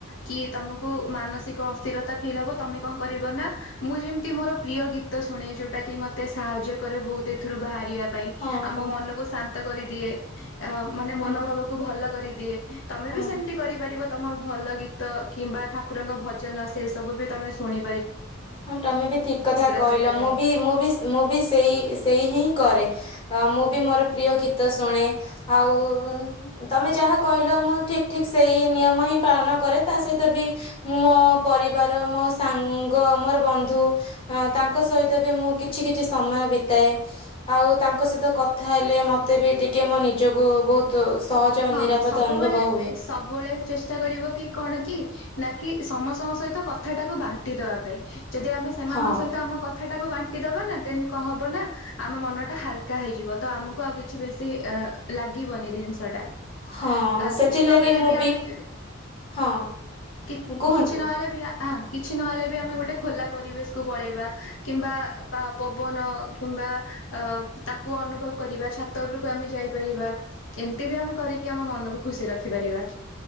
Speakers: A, on the left; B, on the left.
A: କି ତମକୁ ମାନସିକ ଅସ୍ଥିରତା ଫିଲ୍ ହବ ତମେ କଣ କରିବ ନା ମୁଁ ଯେମିତି ମୋର ପ୍ରିୟ ଗୀତ ଶୁଣେ ଯୋଉଟା କି ମତେ ସାହାଯ୍ୟ କରେ ବହୁତ ଏଥିରୁ ବାହାରିବା ପାଇଁ
B: ହଁ
A: ମୋ
B: ହଁ
A: ମନକୁ ଶାନ୍ତି ନ୍ତ କରିଦିଏ ଆ ମାନେ ମନୋଭାବକୁ
B: ହଁ
A: ଭଲ କରି ଦିଏ ତମେ
B: ହଁ
A: ବି ସେମିତି କରିପାରିବ। ତମ ଭଲ ଗୀତ କିମ୍ବା ଠାକୁରଙ୍କ ଭଜନ ସେ ସବୁ ବି ତମେ ଶୁଣି
B: ହଁ ତମେ ବି ଠିକ କଥା କହିଲ
A: କରିବା ପାଇଁ।
B: ମୁଁ ବି ମୁଁ ବି ମୁଁ ବି ସେଇ ସେଇ ହିଁ କରେ। ମୁଁ ବି ମୋର ପ୍ରିୟ ଗୀତ ଶୁଣେ ଆଉ ତମେ ଯାହା କହିଲ ମୁଁ ଠିକ ଠିକ ସେଇ ନିୟମ ହିଁ ପାଳନ କରେ ତା ସହିତ ବି ମୁଁ ମୋ ପରିବାର ମୋ ସାଙ୍ଗ ସାଙ୍ଗ ମୋର ବନ୍ଧୁ ତାଙ୍କ ସହିତ ବି ମୁଁ କିଛି କିଛି ସମୟ ବିତାଏ ଆଉ ତାଙ୍କ ସହିତ କଥା ହେଲେ ମୋତେ ବି ଟିକେ ମୋ ନିଜକୁ ବହୁତ ସହଜ
A: ହଁ
B: ଆଉ ନିରାପଦ
A: ସବୁବେଳେ
B: ଅନୁଭବ ହୁଏ।
A: ସବୁବେଳେ ଚେଷ୍ଟା କରିବ କି କଣ କି ନାକି ସମସ୍ତଙ୍କ ସହିତ କଥା ଟାକୁ ବାଣ୍ଟି ଦବା ପାଇଁ ଯଦି ଆମେ ସେମାନଙ୍କ
B: ହଁ
A: ସହିତ ଆମ କଥାଟାକୁ ବାଣ୍ଟି ଦବା ନା ଦେନ୍ କଣ ହବ ନା ଆମ ମନ ଟା ହାଲକା ହେଇଯିବ ତ ଆମକୁ ଆଉ କିଛି ବେଶି ଅ ଲାଗିବନି ଜିନିଷ ଟା।
B: ହଁ
A: ଆ
B: ସେଥିଲାଗି
A: କିଛି ନହେଲେ
B: ମୁଁ
A: ବି ଆମେ ଯଦି
B: ହଁ
A: କି
B: କୁହନ୍ତୁ।
A: କିଛି ନହେଲେ ବି ହଁ କିଛି ନହେଲେ ବି ଆମେ ଗୋଟେ ଖୋଲା ପରିବେଶକୁୁ ପଳେଇବା। କିମ୍ବା ପା ପବନ କିମ୍ବା ଅ ତାକୁ ଅନୁଭବ କରିବା ଛାତ ଉପରକୁ ଆମେ ଯାଇପାରିବା ଏମିତି ବି ଆମେ କରିକି ଆମ ମନକୁ ଖୁସି ରଖିପାରିବା।